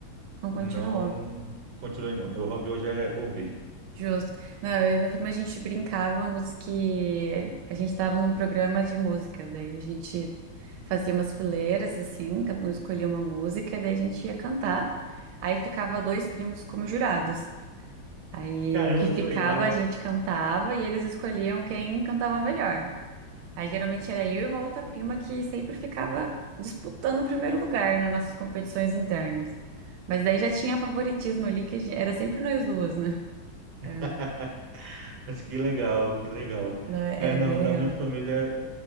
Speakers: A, on the right; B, on the right.
A: Não
B: não
A: continuou.
B: continuei não. Meu hobby hoje é ouvir.
A: Justo. Não, eu e meu filho, mas a gente brincávamos que a gente estava num programa de música, daí a gente fazia umas fileiras assim, cada um escolhia uma música, daí a gente ia cantar. Aí ficava dois primos como jurados. Aí
B: Caramba,
A: o que ficava
B: que legal.
A: a gente cantava e eles escolhiam quem cantava melhor. Aí geralmente era eu e uma outra prima que sempre ficava disputando o primeiro lugar né, nas nossas competições internas. Mas daí já tinha favoritismo ali, que a gen- era sempre nós duas, né? Era,
B: <laughs> Mas que legal, que legal.
A: né,
B: É,
A: era
B: não,
A: bem legal.
B: na minha família